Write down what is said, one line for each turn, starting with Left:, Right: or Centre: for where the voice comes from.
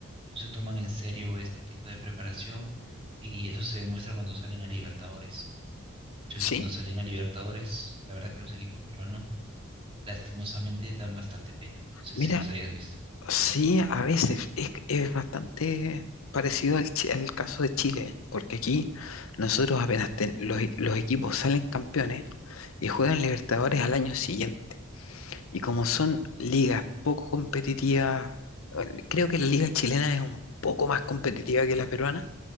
Right: No se toman en serio este tipo de preparación y eso se demuestra cuando salen a Libertadores. Muchas
Left: ¿sí?
Right: veces cuando salen a Libertadores, la verdad que los equipos peruanos lastimosamente dan bastante pena. No sé
Left: Mira,
Right: si los hayas visto.
Left: sí, a veces es, es bastante parecido al, chi- al caso de Chile, porque aquí nosotros apenas ten- los, los equipos salen campeones y juegan Libertadores al año siguiente. Y como son ligas poco competitivas, eh, creo que la liga chilena es un poco más competitiva que la peruana,